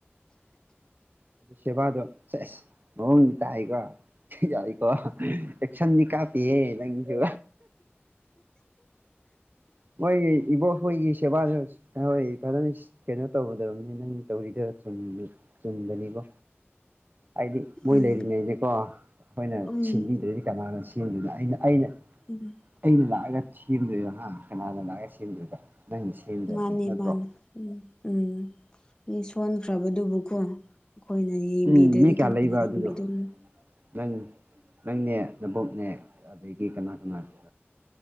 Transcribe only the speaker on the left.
ꯎꯝ
ꯎꯝ
ꯎꯝ
ꯃꯥꯅꯤ
ꯃꯥꯅꯤ ꯎꯝ ꯎꯝ ꯃꯤ ꯁꯣꯟꯈ꯭ꯔꯕꯗꯨꯕꯨꯀꯣ ꯑꯩꯈꯣꯏꯅ ꯌꯦꯡꯕꯤꯗ꯭ꯔꯗꯤ
ꯀꯅꯥꯅ
ꯌꯦꯡꯕꯤꯗꯣꯏꯅꯣ